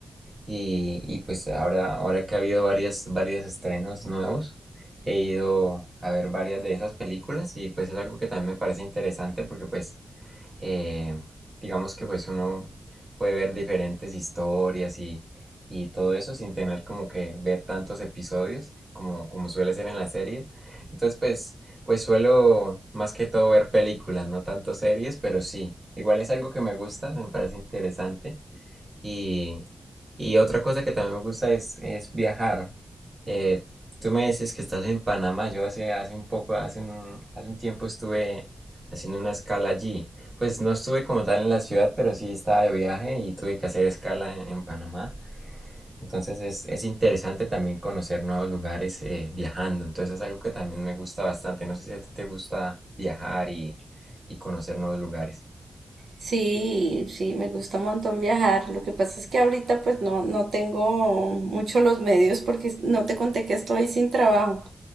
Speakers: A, on the right (about 20°); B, on the right (about 80°).
A: y, y pues ahora, ahora que ha habido varias, varios estrenos nuevos, he ido a ver varias de esas películas y pues es algo que también me parece interesante porque pues eh, digamos que pues uno puede ver diferentes historias y, y todo eso sin tener como que ver tantos episodios como, como suele ser en la serie. Entonces pues, pues suelo más que todo ver películas, no tanto series, pero sí. Igual es algo que me gusta, me parece interesante y, y otra cosa que también me gusta es, es viajar. Eh, tú me decías que estás en Panamá. Yo hace, hace un poco, hace un, hace un tiempo estuve haciendo una escala allí. Pues no estuve como tal en la ciudad, pero sí estaba de viaje y tuve que hacer escala en, en Panamá. Entonces es, es interesante también conocer nuevos lugares eh, viajando. Entonces es algo que también me gusta bastante. No sé si a ti te gusta viajar y, y conocer nuevos lugares.
B: Sí, sí, me gusta un montón viajar. Lo que pasa es que ahorita pues no, no tengo mucho los medios porque no te conté que estoy sin trabajo.